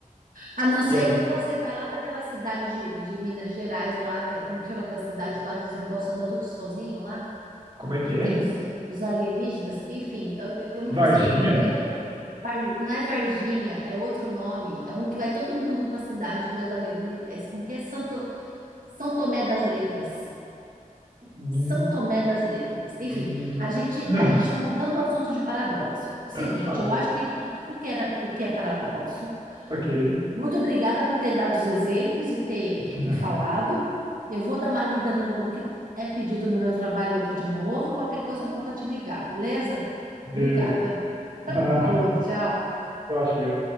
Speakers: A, on the right; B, on the right.
A: a não ser
B: E agora?
A: que você vai lá para aquela cidade de, de Minas Gerais lá, aquela, como que chama aquela cidade lá que os negócios andam tudo sozinho lá,
B: Como é que
A: que
B: é?
A: tem os, os alienígenas, enfim, eu, eu eu não
B: Varginha?
A: vou saber como que é. Var- Não é Varginha, é outro nome, é um que vai todo mundo para a cidade ver os alienígenas, É, como que é Santo, São Tomé das Letras.
B: Hum,
A: São Tomé das Letras. Enfim,
B: hum, tu-
A: a gente
B: Não.
A: a gente está mudando o assunto de paradoxo. Seguinte,
B: <laughs> Tá bom.
A: eu acho que eu entendi o que era o que é paradoxo.
B: Ok.
A: Muito obrigada por ter dado os exemplos e ter
B: De
A: me
B: nada.
A: falado. Eu vou dar uma lida no, no que é pedido no meu trabalho aqui de novo. Qualquer coisa eu volto a te ligar, beleza?
B: Beleza.
A: Obrigada.
B: Nada.
A: Falou, tchau.
B: Eu achei.